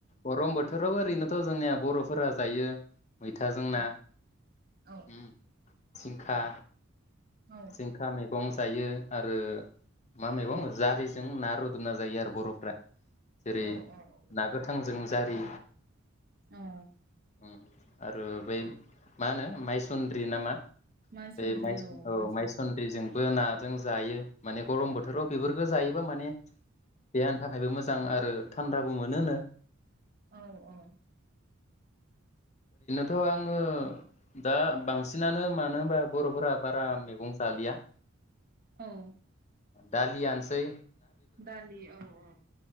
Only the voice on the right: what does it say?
औ
औ
औ
औ औ
औ
माइसुन्द्रि
माइसुन्द्रि
औ औ
औ
दालि औ औ